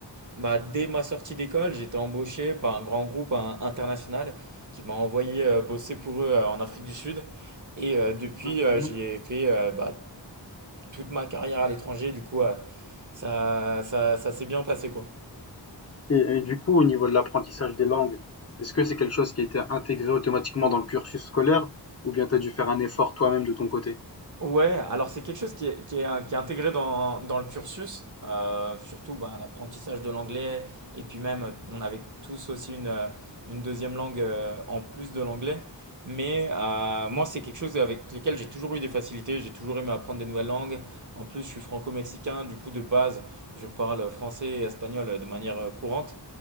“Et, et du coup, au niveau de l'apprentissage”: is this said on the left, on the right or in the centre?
Left